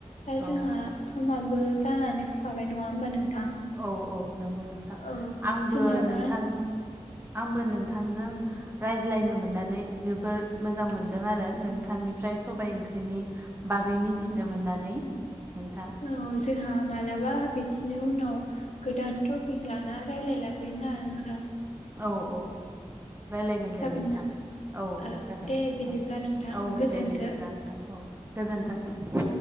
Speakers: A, on the left; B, on the right.
A: दा
B: औ
A: जोंहा समाबो जानानै फैखाबाय नङा होमबा नोंथां।
B: औ औ नंगौ नोंथां
A: औ
B: आंबो
A: जोंहा
B: नोंथां
A: मा
B: आंबो नोंथांनो रायज्लायनो मोननानै जोबोर मोजां मोनदों आरो नोंथांनिफ्राय सबाय ओंख्रिनि बागै मिथिनो मोननानै नोंथां।
A: औ जोंहा मालाबा बिदिनि उनाव गोदान टपिक लाना रायज्लायलायगोनना नोंथां।
B: औ औ रायज्लायगोन दे
A: जागोन
B: नोंथां
A: ना
B: औ
A: ओ
B: औ जागोन
A: दे बिदिब्ला
B: औ
A: नोंथां
B: औ
A: गोजोनथो
B: दे बिदिब्ला। औ गोजोन्थों नोंथां।